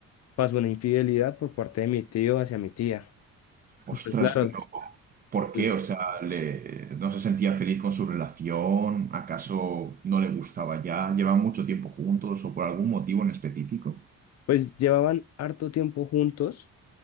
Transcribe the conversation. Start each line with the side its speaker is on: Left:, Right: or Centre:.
Left: pasó una infidelidad por parte de mi tío hacia mi tía.
Right: ostras,
Left: Y Pues claro,
Right: pero ¿por
Left: pues,
Right: qué? O sea, le, ¿no se sentía feliz con su relación? ¿Acaso no le gustaba ya? ¿Llevan mucho tiempo juntos o por algún motivo en específico?
Left: pues llevaban harto tiempo juntos,